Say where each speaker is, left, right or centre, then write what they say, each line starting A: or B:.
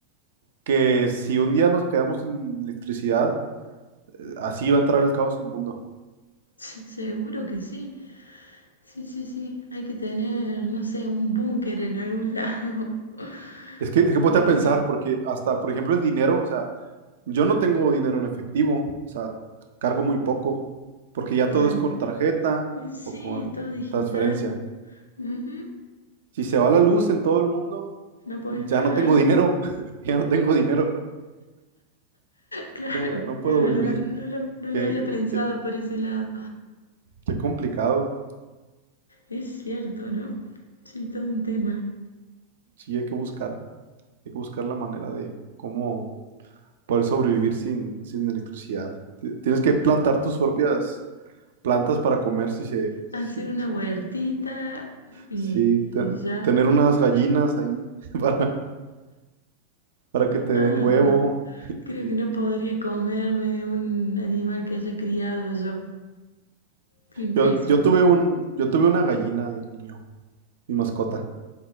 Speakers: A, on the right; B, on the left.
A: que si un día nos quedamos sin electricidad, eh, así va a entrar el caos en el mundo.
B: <laughs> Seguro que sí. Sí, sí, sí. Hay que tener, no sé, un búnker en algún lado. <laughs>
A: Es que, es que ponte
B: Hay que,
A: a pensar, porque hasta, por ejemplo, el dinero, o sea, yo no tengo dinero en efectivo, o sea, cargo muy poco, porque ya
B: claro.
A: todo es con tarjeta
B: Sí,
A: o con
B: es todo digital.
A: transferencia.
B: Ujú,
A: Si se va la luz en todo el mundo,
B: No podés
A: ya
B: pagar.
A: no tengo dinero, <laughs> ya no tengo dinero,
B: Claro,
A: no, no puedo
B: es
A: vivir.
B: verdad, no lo, no
A: Qué,
B: lo había pensado
A: qué-
B: por ese lado.
A: qué complicado.
B: Es cierto, ¿no? Sí, todo un tema.
A: Sí, hay que buscar, hay que buscar la manera de cómo poder sobrevivir sin, sin electricidad. Ti- Tienes que plantar tus propias plantas para comer si se, si-
B: Hacer una huertita y,
A: Sí, te-
B: y ya.
A: tener unas gallinas ahí <laughs> para, para que te
B: Ay,
A: den huevo.
B: no.
A: <laughs>
B: Creo
A: Y
B: que no podría comerme un animal que haya criado yo. Qué impresión.
A: yo, yo tuve un, yo tuve una gallina de niño, mi mascota.